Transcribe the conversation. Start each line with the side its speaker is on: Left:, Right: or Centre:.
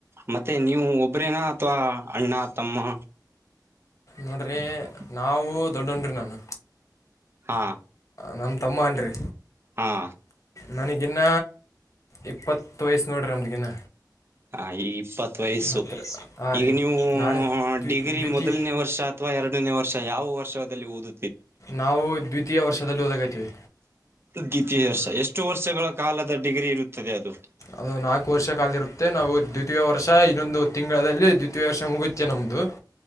Right: ಮತ್ತೆ ನೀವು ಒಬ್ರೇನಾ ಅಥವಾ ಅಣ್ಣಾ ತಮ್ಮಾ
Left: ನೋಡ್ರಿ
Right: <inaudible>
Left: ನಾವು ದೊಡ್ಡಣ ನಾನು
Right: ಹಾ
Left: ನಮ್ಮ ತಮ್ಮ ಅನ್ರಿ
Right: ಹಾ
Left: ನನಗಿನ್ನ ಇಪ್ಪತ್ತ ವಯಸ್ಸ ನೋಡ್ರಿ ನನಗಿನ್ನ
Right: ಹಾ ಈ ಇಪ್ಪತ್ ವಯಸ್ಸು
Left: ಹತ್ತಿರ ಹಾಂ
Right: ಈಗ
Left: ರೀ
Right: ನೀವು
Left: ನಾನು ದ್ವಿ-
Right: ಡಿಗ್ರಿ
Left: ದ್ವಿತೀಯ
Right: ಮೊದಲನೇ ವರ್ಷಾ ಅಥವಾ ಎರಡನೇ ವರ್ಷ ಯಾವ ವರ್ಷದಲ್ಲಿ ಓದು
Left: ನಾವು ದ್ವಿತೀಯ ವರ್ಷದಲ್ಲಿ ಓದಗಾಯತೀವಿ
Right: ದ್ವಿತೀಯ ವರ್ಷ ಎಷ್ಟು ವರ್ಷಗಳ ಕಾಲದ ಡಿಗ್ರಿ ಇರುತ್ತದೆ ಅದು
Left: ಅದು ನಾಲ್ಕು ವರ್ಷ ಕಾಲದ ಇರುತ್ತೆ ನಾವು ದ್ವಿತೀಯ ವರ್ಷ ಇನ್ನೊಂದು ತಿಂಗಳದಲ್ಲಿ ದ್ವಿತೀಯ ವರ್ಷ ಮುಗುತ್ತೆ ನಮ್ದು <inaudible>